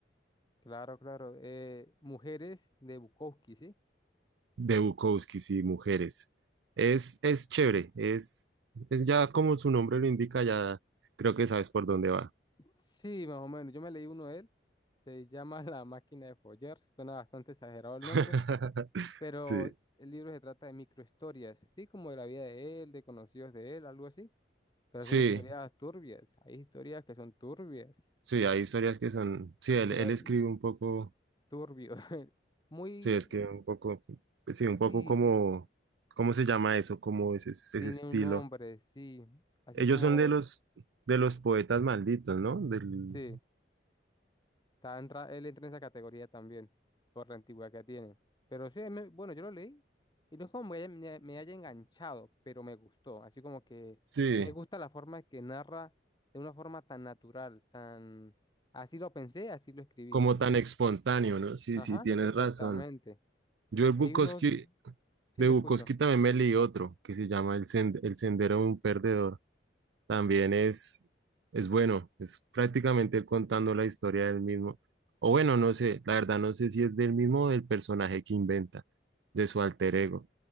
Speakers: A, on the left (about 25°); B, on the right (about 85°).
A: Claro, claro. eh, Mujeres de Bukowski, ¿sí?
B: De Bukowski y mujeres. Es, es chévere, es, es ya como su nombre lo indica, ya creo que sabes por dónde va.
A: Sí, más o menos. Yo me leí uno de él. Se llama <laughs> La máquina de follar. Suena bastante exagerado el
B: <laughs>
A: nombre, pero
B: Sí,
A: el libro se trata de microhistorias, sí, como de la vida de él, de conocidos de él, algo así. Pero
B: sí,
A: son historias turbias. Hay historias que son turbias.
B: sí, hay historias que son, sí, él,
A: te
B: él
A: la-
B: escribe un poco,
A: Turbio. <laughs> Muy,
B: sí, escribe
A: eh,
B: un poco, sí,
A: sí,
B: un poco como, ¿cómo se llama eso? Como ese, ese
A: tiene
B: estilo.
A: un nombre, sí. Así
B: Ellos
A: como,
B: son de los, de los poetas malditos, ¿no? Del,
A: sí. Está entra- él entra en esa categoría también, por la antigüedad que tiene. Pero sí, me- bueno, yo lo leí y no es como me haya, me me haya enganchado, pero me gustó. Así como que
B: sí,
A: me gusta la forma que narra de una forma tan natural, tan... Así lo pensé, así lo escribí.
B: como tan espontáneo, ¿no? Sí,
A: Ajá,
B: sí, tienes
A: exactamente.
B: razón. Yo
A: Porque
B: el Bukowski,
A: hay uno, sí,
B: de
A: te
B: Bukowski
A: escucho.
B: también me leí otro que se llama El, Send- El Sendero de un Perdedor. También es, es bueno, es prácticamente él contando la historia del mismo. O bueno, no sé, la verdad no sé si es del mismo o del personaje que inventa, de su alter ego,